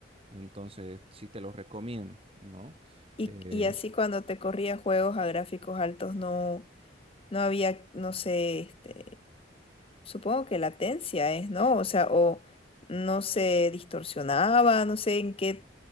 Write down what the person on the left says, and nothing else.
Y,
y así cuando te corría juegos a gráficos altos no, no había, no sé, este, Supongo que latencia es, ¿no? O sea, o no se distorsionaba, no sé en qué,